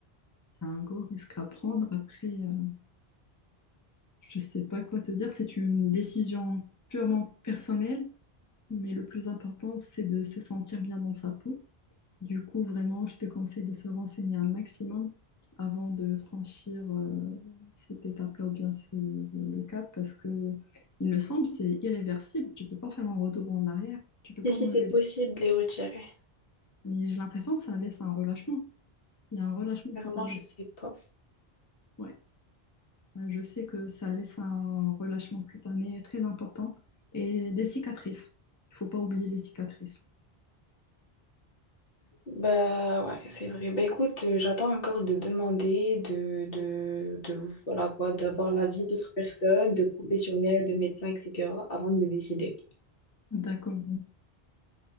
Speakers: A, on the left; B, on the left.
A: C'est un gros risque à prendre. Après, euh, Je sais pas quoi te dire, c'est une décision purement personnelle, mais le plus important, c'est de se sentir bien dans sa peau. Du coup, vraiment, je te conseille de se renseigner un maximum avant de franchir euh, cette étape-là ou bien ce- le cap, parce que il me semble c'est irréversible. Tu peux pas faire un retour en arrière, tu peux
B: Si,
A: pas
B: si,
A: enlever.
B: c'est possible
A: les-
B: de les retirer.
A: Mais j'ai l'impression que ça laisse un relâchement. Il y a un relâchement
B: Sincèrement,
A: cutané.
B: je sais pas.
A: Ouais. Euh, Je sais que ça laisse un relâchement cutané très important et des cicatrices. Il faut pas oublier les cicatrices.
B: Bah ouais, c'est vrai. Bah écoute, euh, j'attends encore de demander, de, de, de voilà quoi, d'avoir l'avis d'autres personnes, de professionnels, de médecins, etc. avant de me décider.
A: D'accord.